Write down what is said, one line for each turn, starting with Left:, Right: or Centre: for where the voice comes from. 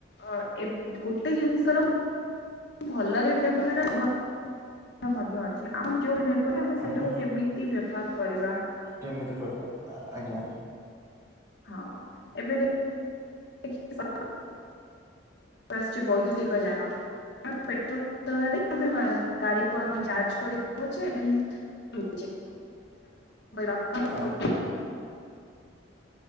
Left: ଅ ଏ ଗୋଟେ ଜିନିଷର ଭଲରେ ବ୍ୟବହାର ହବ ମଧ୍ୟ ଅଛି ଆମ ନିଭର ଆମେ ସେଇଟାକୁ
Right: ଆଜ୍ଞା
Left: କେମିତି ବ୍ୟବହାର କରିବା।
Right: କେମିତି କରିବା ଆଜ୍ଞା।
Left: ହଁ ଏବେ ଦେ <unintelligible> ବୈଦ୍ୟୁତିକଜାନ <unintelligible> ଆମେ ଗାଡି କୁ ଆମେ ଚାର୍ଜ କରି ଦୋଉଚେ। <unintelligible>
Right: ଆ-